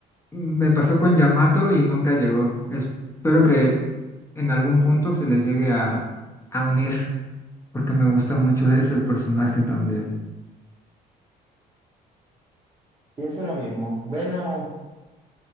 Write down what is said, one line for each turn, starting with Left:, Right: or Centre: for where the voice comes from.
Left: Me pasó con Yamato y nunca llegó. Espero que en algún punto se les llegue a, a unir, porque me gusta mucho ese personaje también.
Right: Pienso lo mismo. Bueno,